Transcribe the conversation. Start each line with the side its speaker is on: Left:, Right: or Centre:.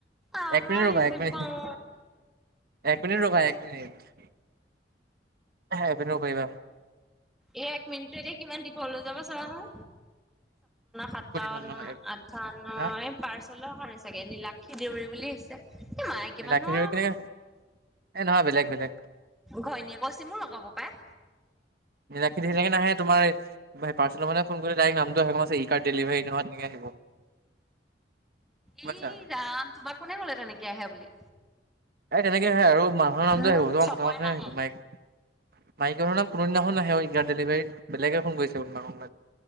Centre: <unintelligible>
Right: এক মিনিট
Centre: অ'
Right: ৰবা
Centre: ৰিচিভ
Right: এক মিনিট
Centre: কওঁ।
Right: এক মিনিট ৰবা, এক মিনিট এক মিনিট ৰব পাৰিবা।
Centre: এ এক মিনিট টো এতিয়া কিমান দীঘল হয় যাব চাবা চোন। সাতাৱন্ন,
Right: কোন এইখন নহয়
Centre: আঠাৱন্ন
Right: হা
Centre: এই পাৰ্চেলৰ কাৰ চাগে নিলাক্ষী দেউৰী বুলি আহিছে। এই মাইকী
Right: নীলাক্ষী
Centre: মানুহৰ <unintelligible>
Right: কেনেকে এ নহয় বেলেগ বেলেগ
Centre: ঘৈণীয়েকৰ চিমো লগাব পায়।
Right: <unintelligible> ধিলকে নাহে। তোমাৰ পাৰ্চেল মানে ফোন কৰি ডাইৰেক্ট নাম ই কাৰ্ড ডেলিভাৰী এনেকৈ <unintelligible> আহিব।
Centre: ই
Right: পাইছা।
Centre: ৰাম তোমাৰ কোনে কলে তেনেকে আহে বুলি।
Right: এই তেনেকে আহে, আৰু মানুহৰ নামটো
Centre: উম
Right: আহিব।
Centre: চবৰে
Right: মতা মানুহে
Centre: নাহে
Right: আহিব মাইকী মাইকী মানুহৰ নাম কোনোদিনাখন নাহে অ', ইকাৰ্ত ডেলিভাৰীত বেলেগে ফোন কৰিচে তোমাক।